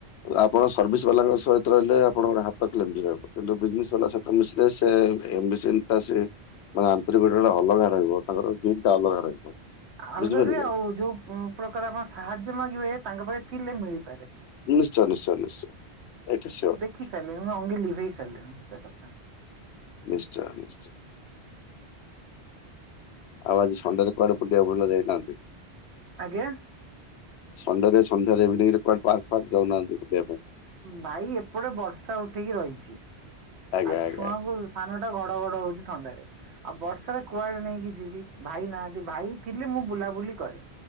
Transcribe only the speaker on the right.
<unintelligible>
ଆଉ
ଯୋଉ ପ୍ରକାର ଆପଣ ସାହାଯ୍ୟ ମାଗିବେ ତାଙ୍କ ପାଖେ ଥିଲେ ମିଳିପାରେ।
ଖି ସାରିଲିଣୀ ମୁଁ ଅଙ୍ଗେ ଲିଭେଇ ସାରିଲିଣି ସେ କଥା।
ଆଜ୍ଞା?
ଭାଇ ଏପଟେ ବର୍ଷା ଉଠେଇକି ରହିଛି।
ଆଉ
ଛୁଆଙ୍କୁ ସାନ ଟା ଘଡଘଡ ହଉଛି ଥଣ୍ଡାରେ, ଆଉ ବର୍ଷାରେ କୁଆଡେ ନେଇକି ଯିବି? ଭାଇ ନାହାନ୍ତି ଭାଇ ଥିଲେ ମୁଁ ବୁଲାବୁଲି କରେ,